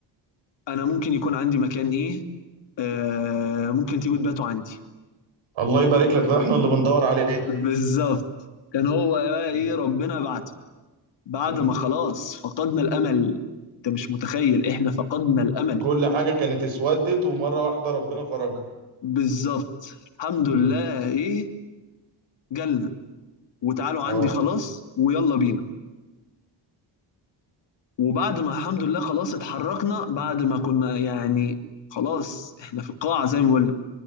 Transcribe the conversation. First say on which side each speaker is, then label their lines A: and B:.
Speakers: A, on the left (about 65°); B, on the right (about 85°).
A: انا ممكن يكون عندي مكان ايه آه ممكن تيجوا تباتوا عندي
B: الله يبارك لك ده احنا اللي بندور عليه
A: <laughs> بالظبط كان هو بقى
B: أمم.
A: ايه ربنا بعته بعد
B: أمم.
A: ما خلاص فقدنا الامل انت مش متخيل احنا فقدنا الامل
B: كل حاجة كانت اسودت ومرة واحدة ربنا فرجها
A: بالظبط الحمد
B: امم
A: لله ايه جالنا وتعالوا عندي
B: اه
A: خلاص ويلا بينا وبعد ما الحمد لله خلاص اتحركنا بعد ما كنا يعني خلاص احنا في القاعة زي ما بقول